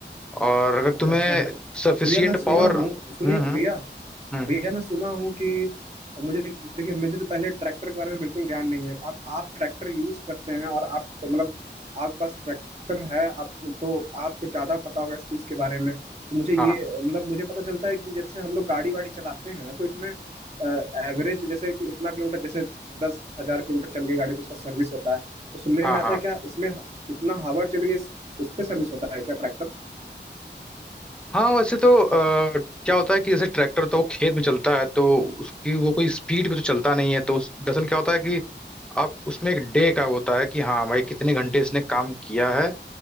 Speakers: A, in the centre; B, on the right (about 35°).
A: और अगर तुम्हें
B: अच्छा अच्छा तो
A: सफिशियंट
B: भैया मैं सुना
A: पावर
B: हूँ
A: हम्म
B: सुनिए
A: हम्म
B: भैया
A: हम्म,
B: भैया मैं सुना हूँ कि मुझे देखिए मुझे तो पहले ट्रैक्टर के बारे में बिल्कुल ज्ञान नहीं है आप आप ट्रैक्टर यूज करते हैं और आप मतलब आपके पास ट्रैक्टर है आप तो आपको ज्यादा पता होगा इस चीज के बारे में तो मुझे ये
A: हाँ
B: मतलब मुझे पता चलता है कि जैसे हम लोग गाड़ी वाड़ी चलाते हैं तो इसमें एवरेज जैसे कि इतना किलोमीटर जैसे दस हजार किलोमीटर चल गई गाड़ी तो उसका सर्विस होता है तो सुनने
A: हाँ
B: में आता
A: हाँ
B: है क्या इसमें इतना हावर चल गई इस- उस पर सर्विस होता है क्या ट्रैक्टर
A: हाँ वैसे तो अ, क्या होता है कि जैसे ट्रैक्टर तो वो खेत में चलता है तो उसकी वो कोई स्पीड पे तो चलता नहीं है तो उस- दरअसल क्या होता है कि आप उसमें एक डे का होता है कि हाँ भाई कितने घंटे इसने काम किया है